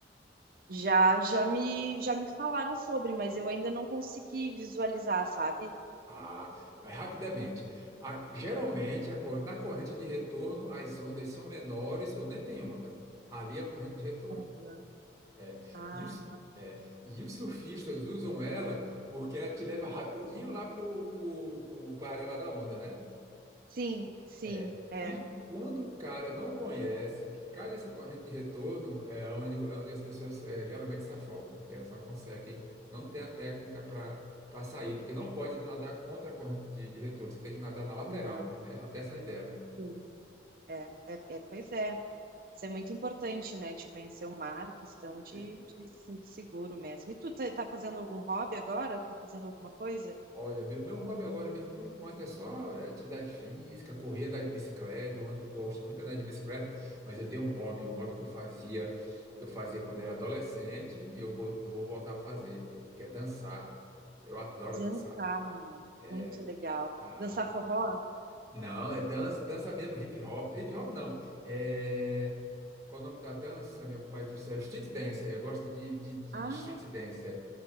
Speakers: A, on the right; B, on the right.
A: Já já me já me falaram sobre, mas eu ainda não consegui visualizar, sabe?
B: Ah, é rapidamente. A- geralmente, a cor- na corrente de retorno, as ondas são menores ou nem tem onda. Ali é a corrente de retorno.
A: Uhum.
B: É,
A: Ah,
B: e os, é, e os surfistas usam ela porque ela te leva rapidinho lá pro, pro, pro, pra área lá da onda, né?
A: sim, sim,
B: É.
A: é.
B: E
A: é,
B: quando o cara não conhece, que cai nessa corrente de retorno, é onde, é onde as pessoas é, geralmente se afogam, porque elas não conseguem, não tem a técnica para para sair, porque não pode nadar contra a corrente de, de retorno, você tem que nadar na lateral,
A: Não,
B: né? Até sair dela.
A: sim, é, é, é, pois é. Isso é muito importante, né? De conhecer o mar, questão de,
B: É,
A: de se sentir seguro mesmo. E tu tá, tá fazendo algum hobby agora? Tá fazendo alguma coisa?
B: Olha, meu, meu hobby agora mesmo, por enquanto, é só atividade física, correr, andar de bicicleta. Eu ando, gosto muito de andar de bicicleta, mas eu tenho um hobby, um hobby que eu fazia, eu fazia quando era adolescente e eu vou, vou voltar a fazer, que é dançar. Eu adoro
A: Dançar.
B: dançar. É,
A: muito legal.
B: ah,
A: Dançar forró?
B: não, é dança, dança mesmo, hip hop. Hip hop não. É, qual é o nome da dança, meu pai do céu? Street dance. Eu gosto de, de, de
A: Ah,
B: street dance